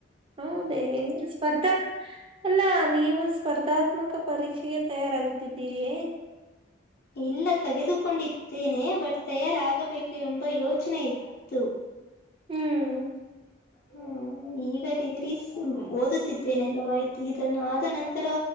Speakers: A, on the right; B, on the left.
A: ಹೌದೇ ಸ್ಪರ್ಧಾ ಅಲ್ಲ ನೀವು ಸ್ಪರ್ಧಾತ್ಮಕ ಪರೀಕ್ಷೆಗೆ ತಯಾರಾಗುತ್ತಿದ್ದೀವಿ
B: ಇಲ್ಲ ತೆಗೆದುಕೊಂಡಿದ್ದೇನೆ ಬಟ್ ತಯಾರಾಗಬೇಕು ಎಂಬ ಯೋಚನೆ ಇತ್ತು
A: ಹ್ಮ್
B: ಹ್ಮ ಈಗ ಡಿಗ್ರೀಸ ಓದುತ್ತಿದ್ದೇನೆಲ್ಲವ ಇತ ಇದನ್ನ ಆದ ನಂತರ